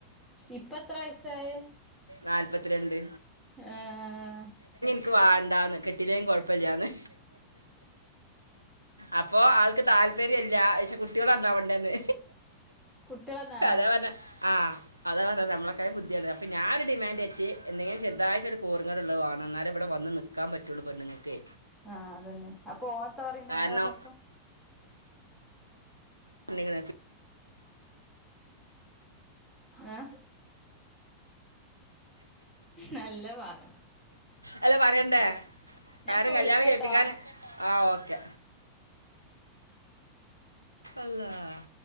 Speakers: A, in the centre; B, on the right.
A: ഇപ്പത്ര വയസായി
B: നാല്പത്തിരണ്ട്
A: ഏഹ്
B: ൻക്ക് വാണ്ടാന്ന് കെട്ടില്ലേലും കൊഴപ്പല്ലാന്ന് അപ്പൊ ആൾക്ക് താല്പര്യല്ല പക്ഷെ കുട്ട്യാൾ നന്നാവണ്ടേന്ന്
A: കുട്ടികളെന്നാ
B: അതാ പറഞ്ഞെ ആഹ് അതാ പറഞ്ഞെ നമ്മളക്കതെ ബുദ്ധിയാണ് അപ്പോ ഞാരു ഡിമാൻഡ് വെച്ച് എന്തെങ്കിലും ചെറുതായിട്ട് ഒരു കോറങ്ങേട് ഉള്ള വാണം ഇന്നാലെ ഇബടെ വന്ന് നി നിക്കാൻ പറ്റള്ളൂ പെണ്ണ്ങ്ങൾക്കേ
A: ആഹ് അതന്നെ അപ്പൊ ഓൻ ത്താ പറീണേ
B: കാരണം
A: അങ്ങനെ പറഞ്ഞപ്പോ
B: നിങ്ങ
A: ഏഹ് നല്ല പാഗണ്ട്
B: അല്ല പറയണ്ടേ
A: ഞാൻപ്പൊ
B: കാര്യം കല്യാണം
A: വിളിക്കട്ടോ
B: കഴിപ്പിക്കാൻ ആഹ് ഓക്കെ അള്ളാഹ്